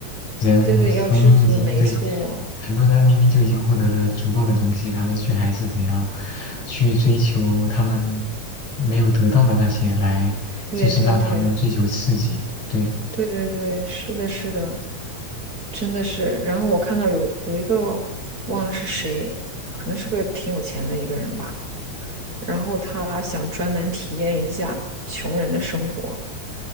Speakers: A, on the left; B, on the right.
A: 人明明已经对
B: 对对，要知足，没错，
A: 很多人明明就已经获得了足够的东西，他们却还是得要去追求他们没有得到的那些来，
B: 对对对
A: 就是让他们追求刺激。对，
B: 对对对，是的，是的。真的是。然后我看到有有一个忘了是谁，可能是个挺有钱的一个人吧，然后他想专门体验一下穷人的生活。